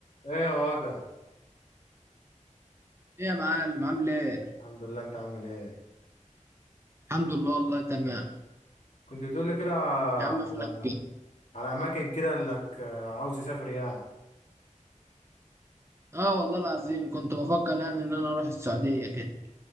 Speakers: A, on the left (about 65°); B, on the right (about 20°).
A: ايه يا وجع
B: ايه يا معلم عامل ايه؟
A: الحمد لله انت عامل ايه
B: الحمد لله والله تمام
A: كنت بتقول لي كده على
B: يا عم فينك كده؟
A: على اماكن كده انك آه، عاوز تسافر يعني
B: اه والله العظيم كنت بفكر يعني ان انا اروح السعودية كده